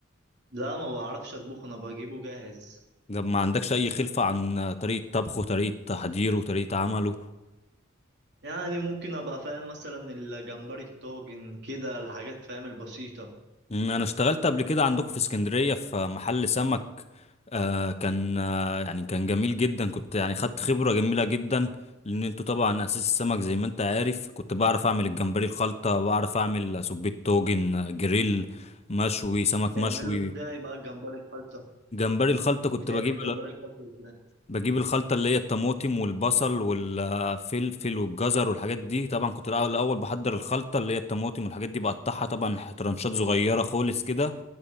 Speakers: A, on the right; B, on the left.
A: لا ما بعرفش اطبخ انا بجيبه جاهز
B: ده ما عندكش اي خلفة عن طريقة طبخه طريقة تحضيره طريقة عمله
A: يعني ممكن ابقى فاهم مثلا الجمبري الطاجن كده الحاجات فاهم البسيطة
B: أمم، انا اشتغلت قبل كده عندكم في اسكندرية في محل سمك آه كان آه يعني كان جميل جدا كنت يعني خدت خبرة جميلة جدا لان انتوا طبعا اساس السمك زي ما انت عارف كنت بعرف اعمل الجمبري الخلطة بعرف اعمل سبيت توجن آه، جريل مشوي سمك
A: بتعمله
B: مشوي
A: ازاي بقى الجمبري الخلطة
B: جمبري الخلطة كنت
A: بتعمل
B: بجيب
A: الجمبري الخلطة ازاي
B: بجيب الخلطة اللي هي الطماطم والبصل والفلفل والجزر والحاجات دي طبعا كنت الأول الأول بحضر الخلطة اللي هي الطماطم والحاجات دي بقطعها طبعا ترانشات صغيرة خالص كده